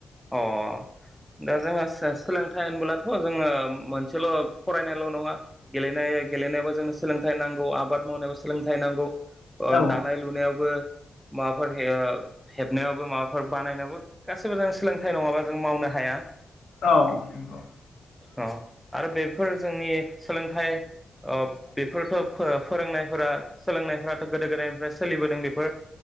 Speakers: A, in the centre; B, on the left (about 80°).
A: अ। दा जोंहा सो सोलोंथाइ होनबोब्लाथ' जोङो मोनसेल' फरायनायल' नङा गेलेनाय गेलेनायाबो जोंनो सोलोंथाइ नांगौ आबाद मावनायाव सोलोंथाइ नांगौ। ओ
B: औ
A: दानाय लुनायावबो माबाफोर हेब हेबनायावबो माबाफोर बानायनायावबो गासिबो जों सोलों थाइ नङाबा जों मावनो हाया।
B: औ नंगौ।
A: अ आरो बेफोर जोंनि सोलोंथाइ ओ बेफोरथ' फो फोरोंनायफोरा सोलोंनायफोराथ' गोदो गोदायनिफ्राय सोलिबोदों बेफोर